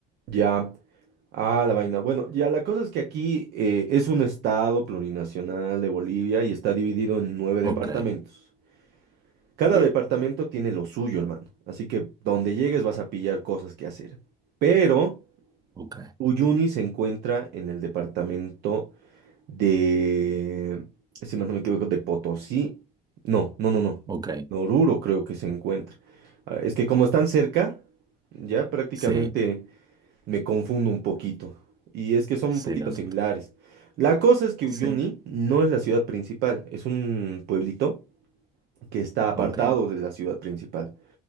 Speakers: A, on the right (about 75°); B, on the right (about 25°).
A: Ya, ah, la vaina. Bueno, ya la cosa es que aquí eh, es un estado plurinacional de Bolivia y está dividido en nueve
B: Ok,
A: departamentos. Cada
B: bien,
A: departamento tiene lo suyo, hermano. Así que donde llegues vas a pillar cosas que hacer. Pero
B: ok,
A: Uyuni se encuentra en el departamento de, si más no me equivoco, de Potosí. No, no, no, no.
B: ok,
A: Oruro creo que se encuentra. Ah, Es que como están cerca, ya prácticamente...
B: sí,
A: Me confundo un poquito. Y es que son
B: sí,
A: un poquito
B: no,
A: similares.
B: total,
A: La cosa es que
B: sí,
A: Uyuni no es la ciudad principal, es un pueblito que está apartado
B: ok,
A: de la ciudad principal.